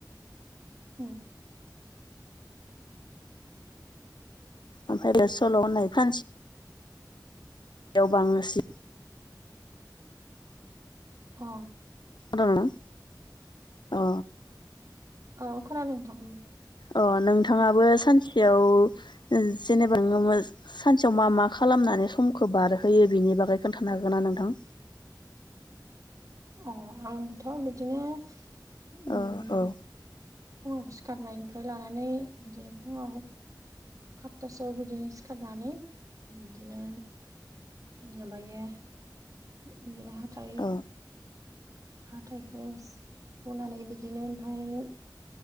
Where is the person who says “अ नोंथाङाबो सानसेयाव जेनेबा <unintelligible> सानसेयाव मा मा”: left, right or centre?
Left